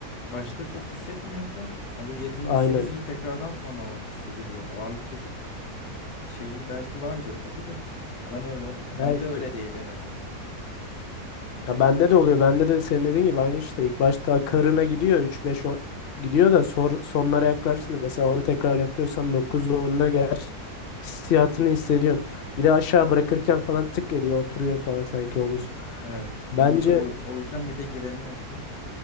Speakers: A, on the left (about 80°); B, on the left (about 60°).
A: başta çok hissetmiyorsun. Yani böyle 7.
B: aynen.
A: 8. tekrardan sonra o hissediliyor. Ağırlıkta çok bir şeyi belki vardır tabii de. Ya Ben öyle
B: Belki.
A: ben de öyle değil en azından.
B: Ya bende de oluyor. Bende de senin dediğin gibi aynı işte. İlk başta akarına gidiyor. üç beş on- gidiyor da sor, sonlara yaklaştığında mesela 10 tekrar yapıyorsan 9'da 10'da gerçi hissiyatını hissediyorsun. Bir de aşağı bırakırken falan tık ediyor. Oturuyor falan sanki omuz.
A: Evet.
B: Bence
A: Ya bir şey- o, o yüzden bir de giremiyorsun.